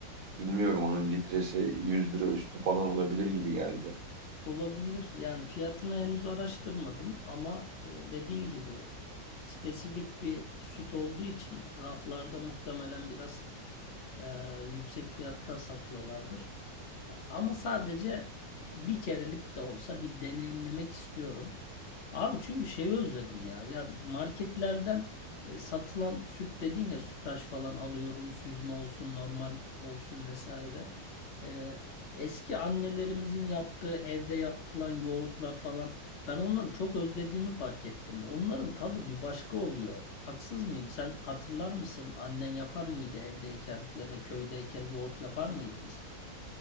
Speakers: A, on the right (about 55°); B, on the left (about 50°).
A: Bilmiyorum onun litresi 100 lira üstü falan olabilir gibi geldi.
B: Olabilir. Yani fiyatını henüz araştırmadım ama e, dediğin gibi spesifik bir süt olduğu için raflarda muhtemelen biraz e, yüksek fiyatta satıyorlardır. Ama sadece bir kerelik de olsa bir deneyimlemek istiyorum. Abi çünkü şeyi özledim ya. Ya marketlerden e, satılan süt dedin ya sütaş falan alıyorum, süzme olsun, normal olsun vesaire. E, Eski annelerimizin yaptığı evde yapılan yoğurtlar falan ben onları çok özlediğimi fark ettim. Onların tadı bir başka oluyor. Haksız mıyım? Sen hatırlar mısın? Annen yapar mıydı evdeyken ya da köydeyken yoğurt yapar mıydınız?